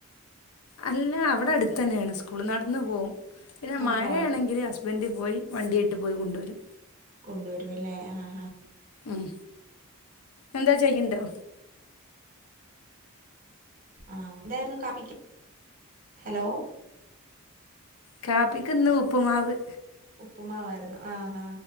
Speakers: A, on the left; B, on the right.
A: അല്ല അവിടെ അടുത്തന്നെണ് സ്കൂള് നട്ന്നു പോവും പിന്നെ
B: നടന്നോളത്
A: മഴയാണെങ്കില് ഹസ് ബൻഡ് പോയി വണ്ടിയായിട്ട് പോയി കൊണ്ടുവരും.
B: കൊണ്ടുവരുവല്ലേ ആഹാ.
A: ഉം എന്താ ചെയ്യണ്ടോ.
B: ആഹ് എന്തായിരുന്നു കാപിക് ഹലോ.
A: കാപ്പിക്ന്ന് ഉപ്പുമാവ്.
B: ഉപ്പുമാവായിരുന്നു ആഹാ